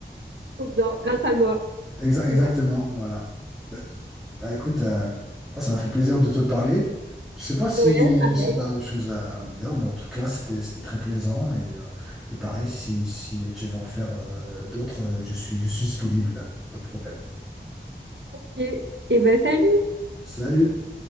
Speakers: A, on the right; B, in the centre.
A: Trop bien, grâce à moi.
B: Exa- exactement,
A: Waouh.
B: voilà. Bah, bah, écoute, euh, ouais, ça m'a fait plaisir de te parler. Je sais pas si,
A: Ouais, pareil.
B: si tu as autre chose à, à me dire, mais en tout cas, c'était, c'était très plaisant. Et, euh, et pareil, si, si tu veux en faire euh, d'autres, euh, je suis, je suis disponible, pas de problème.
A: Et, et bah salut.
B: Salut!